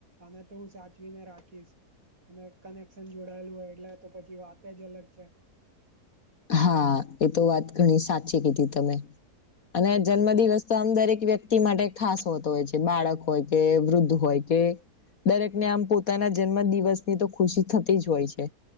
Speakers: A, on the right; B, on the left.
A: આને તો હું સાચવીને રાખીશ અને કનેક્શન જોડાયેલું હોય એટલે તો પછી વાતે જ અલગ છે.
B: હા એ તો વાત ઘણી સાચી કીધી તમે અને જન્મ દિવસ તો આમ દરેક વ્યક્તિ માટે ખાસ હોતો હોય છે, બાળક હોય કે વૃદ્ધ હોય કે દરેક ને આમ પોતાના જન્મ દિવસની તો ખુશી થતી જ હોય છે.